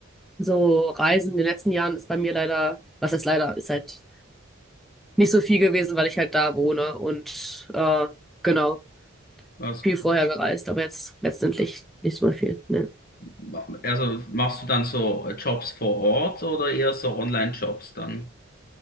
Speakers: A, in the centre; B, on the left (about 45°).
A: so Reisen in den letzten Jahren ist bei mir leider, was heißt leider, ist halt nicht so viel gewesen, weil ich halt da wohne und äh, genau,
B: Ah, super.
A: viel vorher gereist, aber jetzt letztendlich nicht so viel. Nee.
B: Ma- Also machst du dann so äh, Jobs vor Ort oder eher so Online-Jobs dann?